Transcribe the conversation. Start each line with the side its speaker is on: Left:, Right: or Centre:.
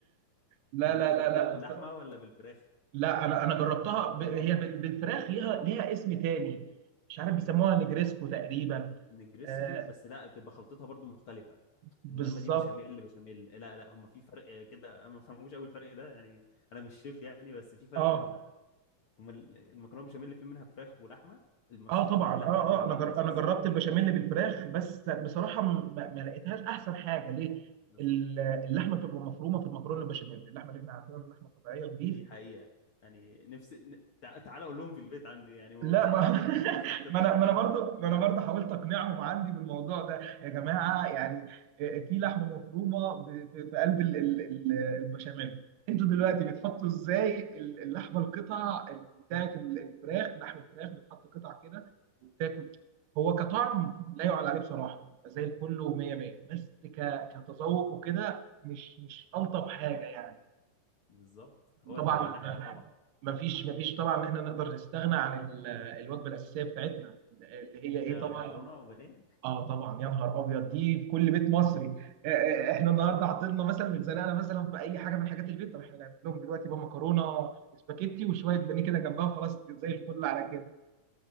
Right: لا
Left: طب
Right: لا
Left: انت دقتها
Right: لا لا
Left: باللحمه
Right: بص-
Left: ولا بالفراخ
Right: لا انا انا جربتها ب... هي بال- بالفراخ ليها ليها اسم تاني مش عارف بيسموها نجريسكو تقريبا
Left: نجرسكو
Right: آه
Left: بس لا بتبقى خلطتها برضو مختلفه
Right: بالظبط
Left: انما دي بشاميل بشاميل لا لا هم في فرق آه، كده أنا ما بفهموش قوي الفرق ده يعني انا مش شيف يعني بس في فرق
Right: اه
Left: بينهم هم ال- المكرونه بشاميل اللي في منها فراخ ولحمه المشهور
Right: اه طبعا
Left: طبعا اللحمه
Right: اه
Left: اللي
Right: اه
Left: هو
Right: انا
Left: الاساس
Right: جر... انا جربت البشاميل
Left: مم.
Right: بالفراخ بس بصراحه ما, ما لقيتهاش احسن حاجه ليه
Left: بالظبط
Right: ال- اللحمه بتبقى مفرومه في المكرونه البشاميل اللحمه اللي احنا عارفينها اللحمه الطبيعيه البيف
Left: دي حقيقه يعني نفس ن- تع- تعالى اقول لهم في البيت عندي يعني هم
Right: لا
Left: مش عارف
Right: ما
Left: ليه بيحبوا الفراخ
Right: <laughs>
Left: اكتر
Right: ما
Left: فبيعملوها
Right: انا ما انا برضو
Left: اكتر
Right: ما انا برضو حاولت اقنعهم عندي بالموضوع ده يا جماعه يعني آه، آه، في لحمه مفرومه ب- في في قلب ال- ال- ال- البشاميل انتوا دلوقتي بتحطوا ازاي ال- اللحمه القطع بتاعت ال- الفراخ لحم الفراخ بتحط قطع كده وبتاكل هو كطعم لا يعلى عليه بصراحه زي الفل ومية مية بس ك- كتذوق وكده مش مش الطف حاجه يعني
Left: بالظبط هو
Right: طبعا
Left: ال- اللحمه طبعا
Right: ما فيش ما فيش طبعا ان احنا نقدر نستغنى عن ال- الوجبه الاساسيه بتاعتنا اللي هي
Left: ده
Right: ايه طبعا
Left: مكرونه وبانيه
Right: اه طبعا يا نهار ابيض دي في كل بيت مصري آه، آه، احنا النهارده عطلنا مثلا اتزنقنا مثلا في اي حاجه من حاجات البيت طب احنا نعمل لهم دلوقتي بقى مكرونه سباكيتي وشويه بانيه كده جنبها خلاص زي الفل على كده